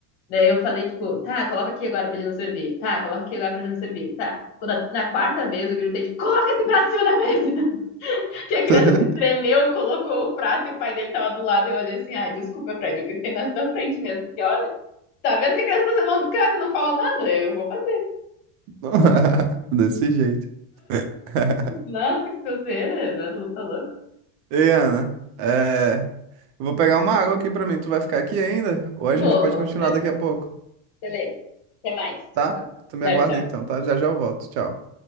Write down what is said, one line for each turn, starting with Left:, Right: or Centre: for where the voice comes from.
Left: Daí eu falei, tipo, tá, coloca aqui agora pra gente não servir, tá, coloca aqui agora pra gente não servir, tá. Quando a- na quarta vez eu gritei, tipo, coloca esse prato em cima da mesa! Que a
Right: <laughs>
Left: criança se tremeu, colocou o prato e o pai dele tava do lado. E Eu olhei assim, ai, desculpa, Fred, eu gritei na tua frente mesmo, porque olha, tá vendo que a criança tá sendo mal educada e não fala nada? Eu vou fazer.
Right: <laughs> Desse jeito. <laughs>
Left: Nossa, que coceira, tá louco.
Right: Ei, Ana, é... eu vou pegar uma água aqui pra mim. Tu vai ficar aqui ainda? Ou a gente
Left: Vou,
Right: pode
Left: vou.
Right: continuar
Left: Eu-
Right: daqui a pouco,
Left: Beleza. Até mais. Tchau,
Right: tá? Tu me aguarda
Left: tchau.
Right: então, tá? Já já eu volto. Tchau.